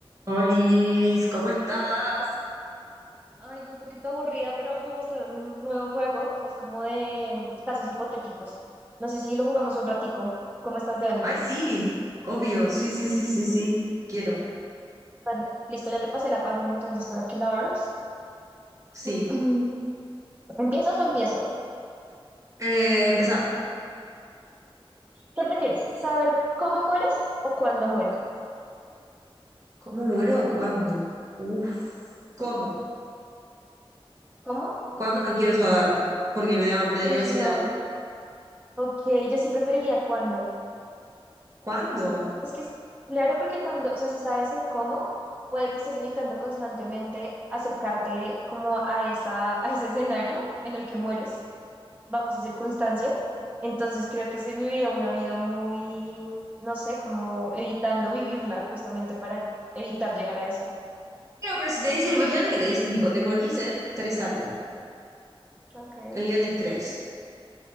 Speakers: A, on the right (about 35°); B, on the right (about 15°).
A: Olis, ¿cómo estás?
B: Ay, un poquito aburrida, pero me mostraron un nuevo juego que es como de mm, casos hipotéticos. No sé si lo jugamos un ratico. ¿Cómo estás de ánimo?
A: Ay, sí, obvio, sí, sí, sí, sí, sí, quiero,
B: Vale, listo, ya te pasé la página entonces para que la abras.
A: sí.
B: <clears throat> ¿Empiezas o empiezo?
A: Eh, empezá.
B: ¿Qué prefieres? ¿Saber cómo mueres o cuándo mueres?
A: ¿Cómo muero o cuándo? Uf, ¿cómo?
B: ¿Cómo?
A: ¿Cuándo no quiero saber? Porque me da, me daría
B: Uy,
A: ansiedad.
B: no. Ok, yo sí preferiría cuándo.
A: ¿Cuándo?
B: Es que, es- claro, porque cuando, o sea, si sabes el cómo, puede que estés evitando constantemente acercarte como a esa, a ese escenario en el que mueres bajo esa circunstancia. Entonces creo que se viviría una vida muy, no sé, como evitando vivirla, justamente para evitar llegar a eso.
A: Claro, pero si te dicen, imagínate que te dicen, tipo, te morís en tres años,
B: Okay.
A: el nivel de estrés